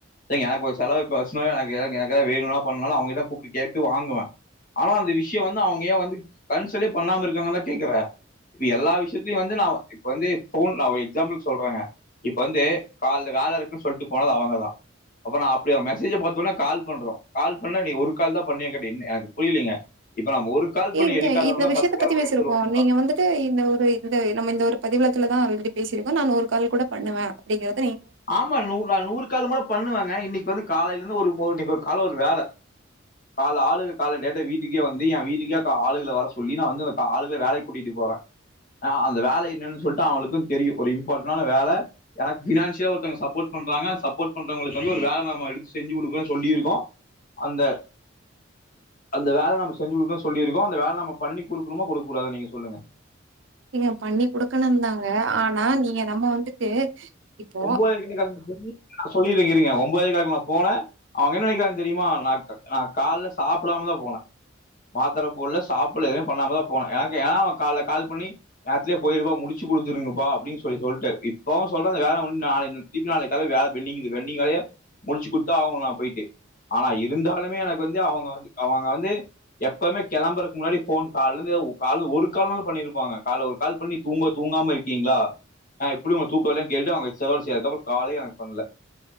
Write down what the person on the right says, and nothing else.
ங்க
இந்த விஷயத்த
பத்தி
பேசிருக்கோ
நீங்க வந்துட்டு இந்த ஒரு இந்த நம்ம இந்த ஒரு பதிலத்துல தான் ஆல்ரெடி பேசிருக்கு நான் ஒரு கால் கூட பணுவ அப்படிங்கற
நீங்க பண்ணி குடுகணும்தாங்க ஆனா நீங்க நம்ம வந்துடு இப்